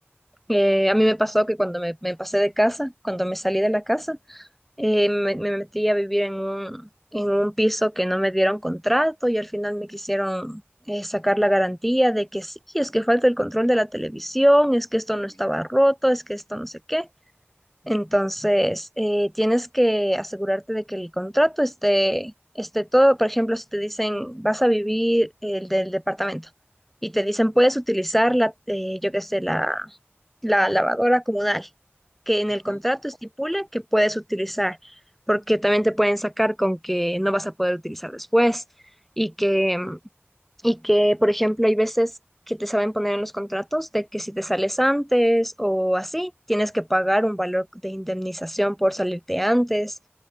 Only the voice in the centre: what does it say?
eh, a mí me pasó que cuando me me pasé de casa, cuando me salí de la casa, Eh, me, me metí a vivir en un, en un piso que no me dieron contrato y al final me quisieron eh, sacar la garantía de que sí, es que falta el control de la televisión, es que esto
no estaba
roto, es que esto no sé qué. Entonces, eh, tienes que asegurarte de que el contrato esté, esté todo. Por ejemplo, si te dicen, vas a vivir el del departamento y te dicen, puedes utilizar la, eh, yo qué sé, la, la lavadora comunal, que en
el contrato estipula que puedes utilizar, porque también te pueden sacar con que no vas a poder utilizar después y que mm, y que, por ejemplo, hay veces que te saben poner en los contratos de que si te sales antes o así, tienes que pagar un valor de indemnización por salirte antes.